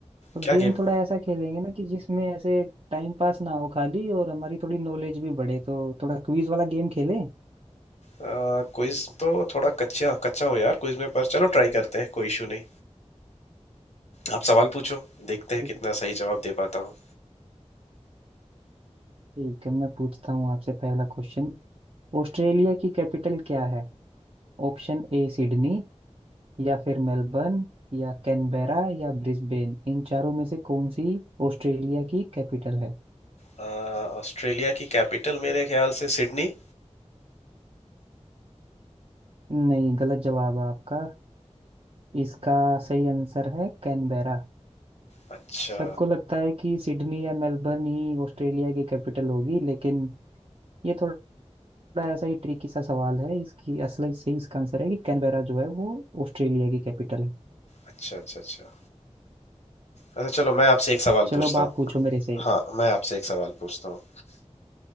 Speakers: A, on the right; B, on the left.
A: और
B: क्या
A: गेम
B: गेम
A: थोड़ा ऐसा खेलेंगे ना कि जिसमें ऐसे टाइम पास ना हो खाली और हमारी थोड़ी नॉलेज भी बढ़े तो थोड़ा क्विज वाला गेम खेले
B: क्विज तो थोड़ा कच्चा कच्चा हो यार क्विज में पर चलो ट्राई करते हैं कोई इशू नहीं आप सवाल पूछो देखते हैं
A: ठीक
B: कितना सही जवाब दे पाता हूँ
A: ठीक है मैं पूछता हूँ आपसे पहला क्वेश्चन ऑस्ट्रेलिया की कैपिटल क्या है ऑप्शन ए सिडनी या फिर मेलबर्न या कैनबेरा या ब्रिस्बेन इन चारों में से कौन सी ऑस्ट्रेलिया की कैपिटल है
B: अ, ऑस्ट्रेलिया की कैपिटल मेरे ख्याल से सिडनी
A: नहीं गलत जवाब है आपका इसका सही आंसर है कैनबेरा
B: अच्छा
A: सबको लगता है कि सिडनी या मेलबर्न ही ऑस्ट्रेलिया की कैपिटल होगी लेकिन ये थोड़ा ऐसा ही ट्रिकी सा सवाल है इसकी असल सही इसका आंसर है कि कैनबेरा जो है वो ऑस्ट्रेलिया की कैपिटल है
B: अच्छा अच्छा अच्छा अच्छा चलो मैं आपसे एक सवाल
A: चलो
B: पूछता
A: अब आप
B: हूँ
A: पूछो मेरे से एक
B: हाँ मैं आपसे एक सवाल पूछता हूँ